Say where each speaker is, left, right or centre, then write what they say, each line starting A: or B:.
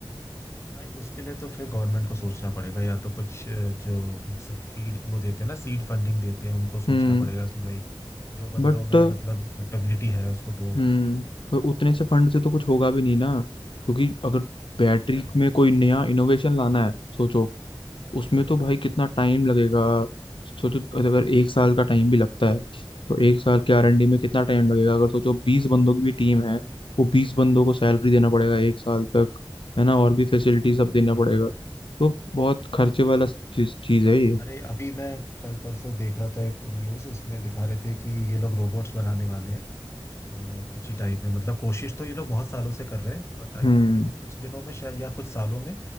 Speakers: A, on the left (about 30°); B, on the left (about 65°).
A: भाई उसके लिए तो फिर गवर्नमेंट को सोचना पड़ेगा या तो कुछ अ, जो फीड वो देते हैं ना सीड फंडिंग देते हैं उनको सोचना
B: हम्म
A: पड़ेगा कि भाई जो बंदों
B: बट
A: में मतलब कैपेबिलिटी है उसको दो
B: हम्म पर उतने से फंड से तो कुछ होगा भी नहीं ना क्योंकि अगर
A: वो
B: बैटरी
A: तो है
B: में कोई नया इनोवेशन लाना है सोचो उसमें
A: हम्म,
B: तो भाई कितना टाइम लगेगा सोचो अगर एक साल का टाइम भी लगता है तो एक साल के आर एन डी में कितना टाइम लगेगा अगर सोचो बीस बंदों की भी टीम है वो बीस बंदों को सैलरी देना पड़ेगा एक साल तक है ना और भी फैसिलिटी सब देना
A: तो बात
B: पड़ेगा
A: है ना
B: तो बहुत खर्चे वाला चीज चीज है ये
A: अरे अभी मैं कल परसों देख रहा था एक न्यूज उसमें दिखा रहे थे कि ये लोग रोबोट्स बनाने वाले हैं अ, कुछ ही टाइम में मतलब कोशिश तो ये लोग बहुत सालों से कर रहे हैं बट आई
B: हम्म
A: थिंक कुछ दिनों में शायद या कुछ सालों में